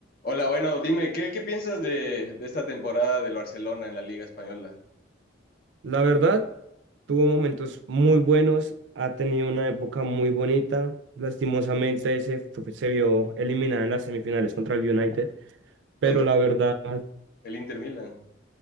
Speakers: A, on the left (about 50°); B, on the right (about 65°).
A: Hola, bueno, dime, ¿qué, qué piensas de, de esta temporada del Barcelona en la Liga Española
B: La verdad, tuvo momentos muy buenos, ha tenido una época muy bonita. Lastimosamente se, fu- se vio eliminada en las semifinales contra el United, pero
A: contra
B: la verdad,
A: el Inter Milan?